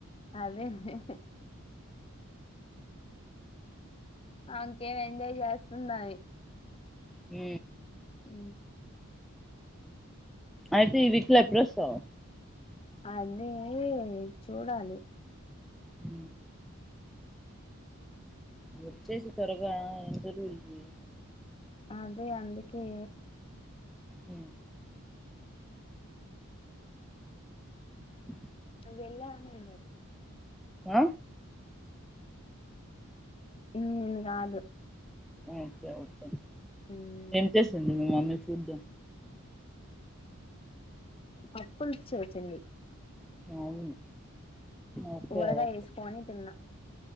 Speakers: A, on the left; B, in the centre.
A: అదే అదే ఇంకేం ఎంజాయ్ చేస్తుందివి
B: హ
A: ఉ
B: అయితే ఈ విక్ల ప్రసవ
A: అది చూడాలి
B: హ వచ్చేసి త్వరగా ఏం జరుగుంది
A: అదే అందుకే
B: అ అ
A: వెళ్ల అండది
B: ఆ
A: మ్ కాదు
B: ఓకే ఓకే
A: ఉమ్
B: ఎం చేసింది మీ మమ్మీ ఫుడ్
A: పప్పుల్స్ చేసింది
B: అవును ఓకే
A: ఊరగాయేసుకోని
B: ఓకే
A: తిన్నా